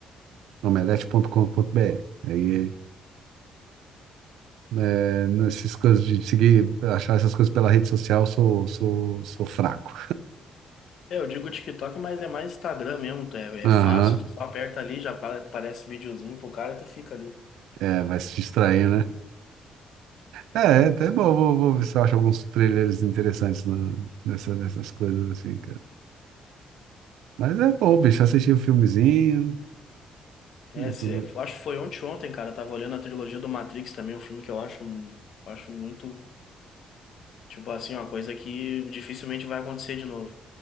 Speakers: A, on the right (about 80°); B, on the left (about 65°).
A: Omelete.com.br. Aí, é, nessas coisas de seguir, achar essas coisas pela rede social, eu sou, sou, sou fraco.
B: É, eu digo TikTok, mas é mais Instagram mesmo. É,
A: <laughs>
B: é
A: Aham.
B: fácil, tu só aperta ali, já apa- aparece videozinho pro cara e tu fica ali.
A: É, vai se distrair, né? É, é até bom, vou, vou ver se eu acho alguns trailers interessantes na- nessa, nessas coisas assim, cara. Mas é bom, bicho, assistir o filmezinho
B: É,
A: e tudo.
B: se, eu acho que foi ontem, ontem, cara. Eu tava olhando a trilogia do Matrix também, um filme que eu acho, um- acho muito, tipo assim, uma coisa que dificilmente vai acontecer de novo.